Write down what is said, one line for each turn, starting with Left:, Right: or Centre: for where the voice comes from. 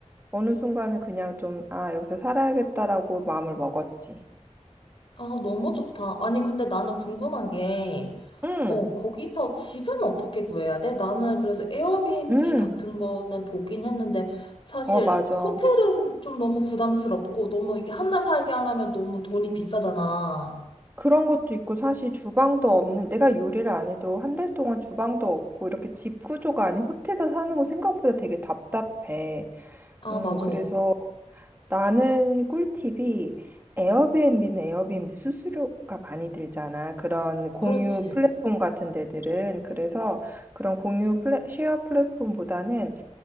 Right: 어느 순간은 그냥 좀, 아, 여기서 살아야겠다라고 마음을 먹었지.
Left: 아, 너무 좋다. 아니, 근데 나는 궁금한 게,
Right: 응,
Left: 어, 거기서 집은 어떻게 구해야 돼? 나는 그래서 에어비앤비
Right: 응,
Left: 같은 거는 보긴 했는데 사실
Right: 어, 맞아.
Left: 호텔은 좀 너무 부담스럽고 너무 이게 한 달 살게 하려면 너무 돈이 비싸잖아.
Right: 그런 것도 있고, 사실 주방도 없는, 내가 요리를 안 해도 한 달 동안 주방도 없고, 이렇게 집 구조가 아닌 호텔에서 사는 거 생각보다 되게 답답해.
Left: 아,
Right: 음,
Left: 맞아.
Right: 그래서 나는 꿀팁이 에어비앤비는 에어비앤비 수수료가 많이 들잖아. 그런 공유
Left: 그렇지.
Right: 플랫폼 같은 데들은. 그래서 그런 공유 플랫, 쉐어 플랫폼보다는